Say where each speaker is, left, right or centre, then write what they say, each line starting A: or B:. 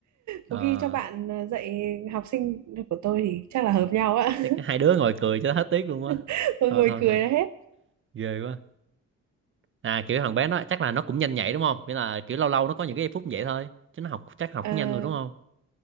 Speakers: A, on the right; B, on the right.
A: Ờ,
B: có khi cho bạn ờ, dạy học sinh của tôi thì chắc là hợp nhau á
A: chắc hai đứa ngồi cười cho hết tiếc luôn á
B: <laughs> tôi
A: thôi
B: ngồi
A: thôi
B: cười
A: thôi
B: là hết
A: ghê quá à kiểu thằng bé nó chắc là nó cũng nhanh nhạy đúng không nghĩa là kiểu lâu lâu nó có những cái phút như vậy thôi chứ nó học chắc học
B: Ờ,
A: cũng nhanh rồi đúng không